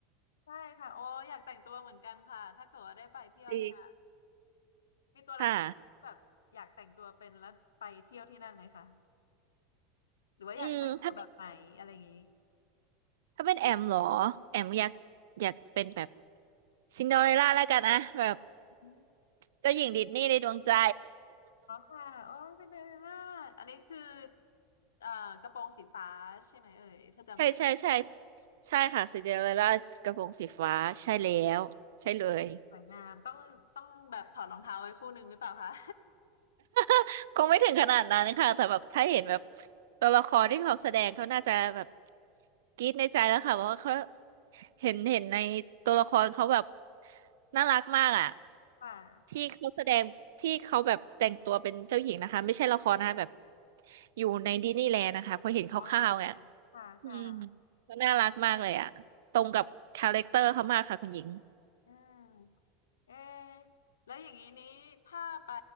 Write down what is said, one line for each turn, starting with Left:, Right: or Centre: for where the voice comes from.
Left: ใช่ค่ะโอ้อยากแต่งตัวเหมือนกันค่ะถ้าเกิดว่าได้ไปเที่ยวเนี่ย
Right: ดี
Left: มีตัวละครที่แบบอยากแต่งตัวเป็นแล้วไปเที่ยวที่นั่นไหมคะ
Right: ค่ะ
Left: หรือว่าอยากแต่งตัวแบบไหนอะไรอย่างนี้
Right: อืมถ้าถ้าเป็นแอมเหรอ แอมอยากอยากเป็นแบบซินเดอเรลล่าแล้วกันนะแบบ
Left: อืม
Right: เจ้าหญิงดิสนีย์ในดวงใจ
Left: ค่ะโอ้ยเป็นเลยมากอันนี้คือเอ่อกระโปรงสีฟ้าใช่ไหมเอ่ยถ้าจะไม่
Right: <laughs> ใช่ใช่ใช่ใช่ค่ะซินเดอเรลล่ากระโปรงสีฟ้า ใช่แล้ว ใช่เลย
Left: สวยงามต้องต้องแบบถอดรองเท้าไว้คู่หนึ่งหรือเปล่าคะ
Right: <laughs> คงไม่ถึงขนาดนั้นค่ะ แต่แบบถ้าเห็นแบบตัวละครที่เขาแสดงเขาน่าจะแบบกรี๊ดในใจแล้วค่ะเพราะว่าเขา เห็นเห็นในตัวละครเขาแบบ
Left: <laughs>
Right: น่ารักมากอ่ะ
Left: ค่ะ
Right: ที่เขาแสดงที่เขาแบบแต่งตัวเป็นเจ้าหญิงนะคะไม่ใช่ละครนะคะแบบอยู่ในดิสนีย์แลนด์นะคะพอเห็นคร่าวๆเนี่ย
Left: อ๋อค่ะค่ะ
Right: อืมก็น่ารักมากเลยอ่ะตรงกับคาแรคเตอร์เขามากค่ะคุณหญิง
Left: อืมเอะแล้วอย่างนี้นี้ถ้าไป